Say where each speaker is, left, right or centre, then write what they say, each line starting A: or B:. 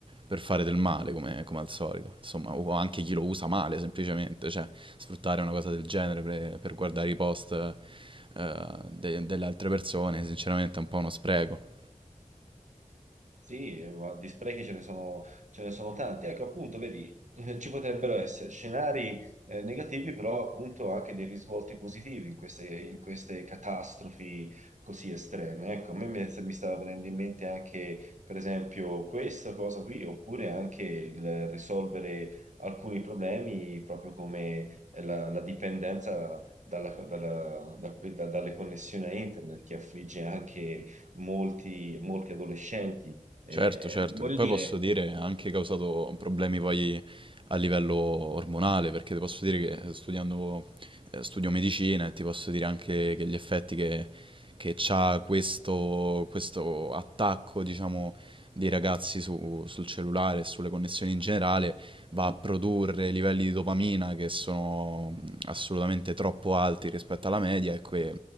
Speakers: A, on the right (about 40°); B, on the right (about 65°).
A: per fare del male, come, come al solito, insomma, o anche chi lo usa male semplicemente, cioè sfruttare una cosa del genere per, per guardare i post eh, de- delle altre persone, sinceramente è un po' uno spreco.
B: Sì, ma di sprechi ce ne sono, ce ne sono tanti. Ecco, appunto, vedi, eh, ci potrebbero essere scenari eh, negativi, però appunto anche dei risvolti positivi in queste, in queste catastrofi così estreme. Ecco, a me mi, mi stava venendo in mente anche, per esempio, questa cosa qui, oppure anche il risolvere alcuni problemi, proprio come la, la dipendenza dalla- dalla- da que- da- dalle connessioni a internet, che affligge anche molti, molti adolescenti eh,
A: Certo, certo,
B: voglio
A: che poi
B: dire,
A: posso dire ha anche causato problemi poi a livello ormonale, perché ti posso dire che eh, studiando, eh, studio medicina e ti posso dire anche che gli effetti che, che c'ha questo, questo attacco, diciamo, dei ragazzi su- sul cellulare e sulle connessioni in generale va a produrre livelli di dopamina che sono mh, assolutamente troppo alti rispetto alla media e que-